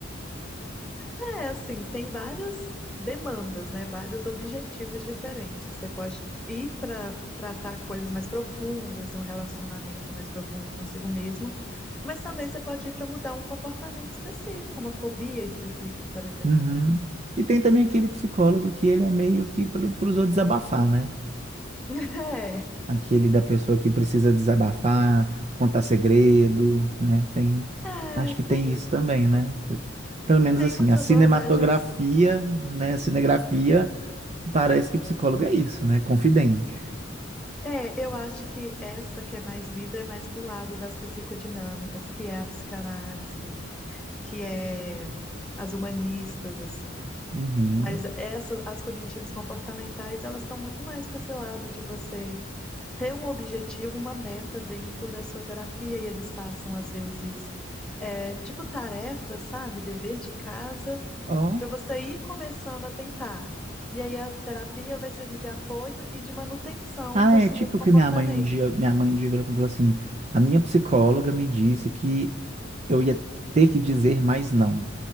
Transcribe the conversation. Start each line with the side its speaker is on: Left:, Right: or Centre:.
Centre: É assim, tem várias demandas, né? Vários objetivos diferentes. Você pode ir para tratar coisas mais profundas, um relacionamento mais profundo consigo mesmo, mas também você pode ir para mudar um comportamento específico, uma fobia específica, por exemplo.
Right: Uhum.
Centre: <laughs>
Right: E tem também aquele psicólogo que ele é meio que para os outros desabafar, né?
Centre: É,
Right: Aquele da pessoa que precisa desabafar, contar segredo, né? Tem,
Centre: é,
Right: acho que tem
Centre: tem,
Right: isso também, né? Eu- Pelo menos
Centre: tem
Right: assim,
Centre: umas
Right: a
Centre: abordagens.
Right: cinematografia, né? A cinegrafia parece que psicólogo é isso, né? Confidente.
Centre: É, eu acho que essa que é mais livre é mais pro lado das psicodinâmicas, que é a psicanálise, que é as humanistas, assim.
Right: Uhum.
Centre: Mas essas, as cognitivas comportamentais, elas estão muito mais para esse lado de você ter um objetivo, uma meta dentro da sua terapia, e eles passam, às vezes, é, tipo tarefa, sabe? Dever de casa,
Right: Ó.
Centre: para você ir começando a tentar. E aí a terapia vai servir de apoio e de manutenção
Right: Ah,
Centre: desse
Right: é tipo
Centre: novo comportamento.
Right: que minha mãe um dia, minha mãe um dia virou para mim e falou assim: a minha psicóloga me disse que eu ia ter que dizer mais não.